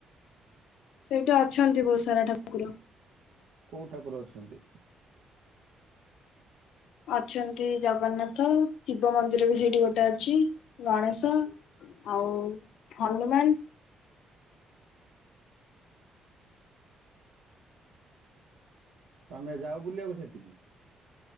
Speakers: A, on the left; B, on the right.
A: ସେଇଟି ଅଛନ୍ତି ବହୁତ ସାରା ଠାକୁର।
B: କୋଉ ଠାକୁର ଅଛନ୍ତି?
A: ଅଛନ୍ତି ଜଗନ୍ନାଥ, ଶିବ ମନ୍ଦିର ବି ସେଇଠି ଗୋଟେ ଅଛି, ଗଣେଶ ଆଉ ହନୁମାନ।
B: ତୋମେ ଯାଅ ବୁଲିବାକୁ ସେଟିକି?